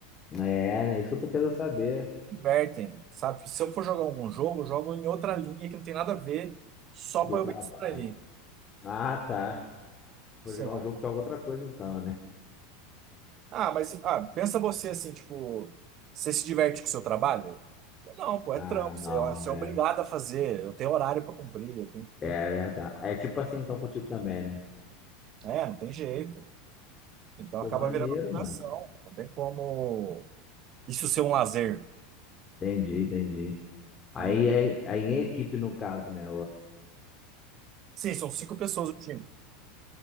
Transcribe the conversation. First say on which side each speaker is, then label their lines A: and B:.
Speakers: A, on the left (about 20°); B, on the right (about 35°).
A: É, né? Isso que eu tô querendo saber
B: divertem, sabe? Se eu for jogar algum jogo, eu jogo em outra linha que não tem nada a ver, só
A: do
B: pra
A: trabalho.
B: eu me distrair.
A: Ah, tá. Se tu for
B: Sei
A: jogar
B: lá.
A: um jogo, tu joga outra coisa então, né?
B: Ah, mas ah, pensa você assim, tipo, você se diverte com o seu trabalho? Não, pô, é
A: Ah,
B: trampo,
A: não,
B: você, é, você
A: é.
B: é obrigado a fazer, eu tenho horário pra cumprir, eu tenho,
A: É
B: tem,
A: verdade. É tipo assim, então, contigo também, né?
B: é, não tem jeito. Então
A: Pô,
B: acaba
A: maneiro,
B: virando obrigação,
A: mano.
B: não tem como isso ser um lazer.
A: Entendi, entendi. Aí
B: Ah,
A: é, aí é equipe no caso, né?
B: sim, são cinco pessoas o time.